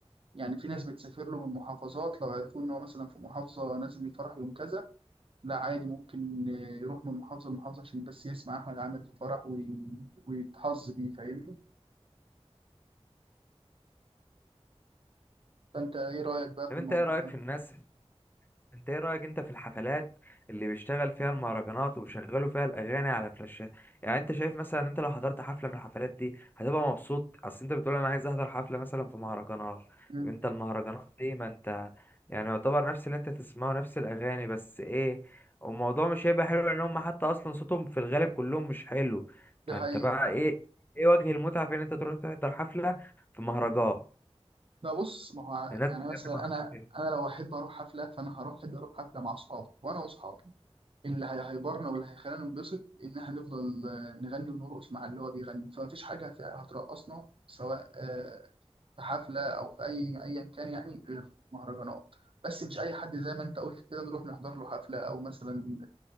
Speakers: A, on the right; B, on the left.
A: يعني في ناس بتسافر له من محافظات لو عرفوا ان هو مثلا في محافظه نازل الفرح يوم كذا لا عادي ممكن يروح من محافظه لمحافظه عشان بس يسمع احمد عامر في الفرح وي- ويتحظ بيه فاهمني فانت ايه رايك بقى
B: طب
A: في الموضوع
B: انت ايه رايك
A: ده؟
B: في الناس انت ايه رأيك انت في الحفلات اللي بيشتغل فيها المهرجانات وبيشغلوا فيها الاغاني على فلاشات يعني انت شايف مثلا انت لو حضرت حفلة من الحفلات دي هتبقى مبسوط اصل انت بتقول انا عايز احضر حفلة مثلا في مهرجانات
A: مم.
B: طب انت المهرجانات دي ما انت يعني يعتبر نفس اللي انت تسمعه نفس الاغاني بس ايه والموضوع مش هيبقى حلو لان هم حتى اصلا صوتهم في الغالب كلهم مش حلو
A: دي
B: فانت
A: حقيقة
B: بقى ايه ايه وجه المتعة في ان انت تروح تحضر حفلة في مهرجان
A: ده بص ما هو
B: لناس
A: يعني
B: بتغني
A: مثلا
B: مهرجانات
A: انا انا لو احب اروح حفله فانا هروح احب اروح حفله مع اصحابي وانا واصحابي اللي هي- هيبرنا واللي هيخلينا ننبسط ان احنا نفضل آه، نغني ونرقص مع اللي هو بيغني فمفيش حاجه في- هترقصنا سواء آه، في حفله او في اي ايا كان يعني غير مهرجانات بس مش اي حد زي ما انت قلت كده نروح نحضر له حفله او مثلا